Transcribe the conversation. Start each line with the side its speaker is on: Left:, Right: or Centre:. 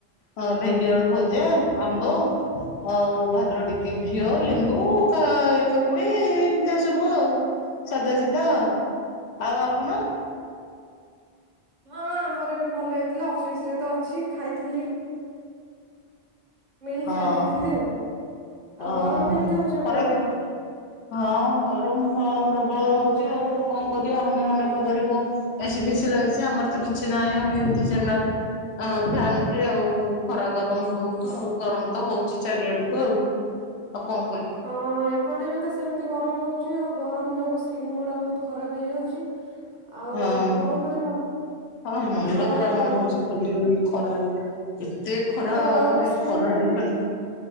Left: ହଁ ଭେଣ୍ଡିଆଳୁ ଭଜା ଆମ୍ବ ଆଉ ଭଦ୍ର ଟିକେ ଘିଅ ଲେମ୍ବୁ କା କାକୁଡି ଏମିତି ସବୁ ଆଉ। ସାଧାସିଧା ଆଉ। ଆଉ ଆପଣ?
Right: ହଁ ଆମର ବି ଭଲ ହେଇଥିଲା ଅଫିସରେ ତ ଅଛି ଖାଇଥିଲି। ମିଲ୍
Left: ହଁ
Right: ଖାଇ ଦେଇଥିଲି ଆଉ। ଆଉ
Left: ଓହୋ
Right: ଗରମ କେମିତି ହଉଛି ଆପଣଙ୍କର?
Left: ଖରାବେ ହଁ ଗରମ ହଁ ପ୍ରବଳ ହଉଛି ଆଉ କଣ କରିବା ଅନ୍ୟମାନଙ୍କ ଘରେ ଏସି ଫେସି ଲାଗିଚି ଆମର ତ କିଛି ନାହିଁ ଆମେ ଏମତି ଜେନେରାଲ ଆ ଫ୍ୟାନରେ ଆଉ ଖରା ଗରମ ବହୁତ ଗରମ ତ ହଉଛି ଚାରିଆଡକୁ ଆଉ। ଆଉ କଣ କରି
Right: ହଁ ଏପଟେ ତ ବି ସେମିତି ଗରମ ହେଉଛି ଆଉ ଗରମ ଯୋଗୁଁ ସ୍କିନ୍ ଗୁଡ଼ା ବହୁତ ଖରାପ ହେଇଯାଉଛି। ଆଉ
Left: ହଁ
Right: କଣ କରିବା
Left: ହଁ ମୁଣ୍ଡ
Right: ଥଣ୍ଡା
Left: ପୁରା
Right: କାଁ
Left: କଣ ହଉଛି ଖାଲି ଏ ଖରାରେ ଏତେ ଖରା
Right: ଆପଣ ଓ ଆର
Left: ଏଇ
Right: ଏସ୍ ପିଉନାହାନ୍ତି
Left: ଖରାରେ ଖାଲି